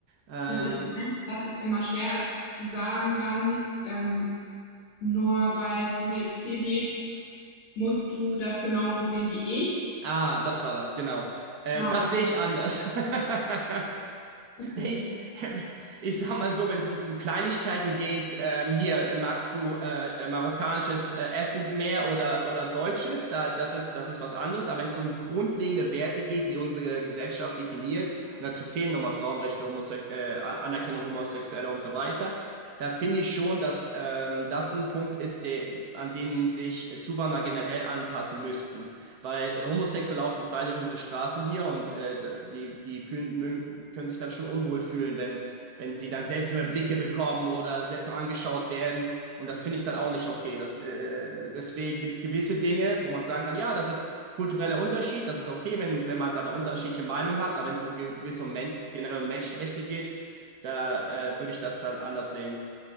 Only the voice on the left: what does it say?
Also ich meine, dass es immer schwer ist zu sagen dann, ähm, nur weil du jetzt hier lebst, musst du das genauso sehen wie ich.
Genau.
Okay.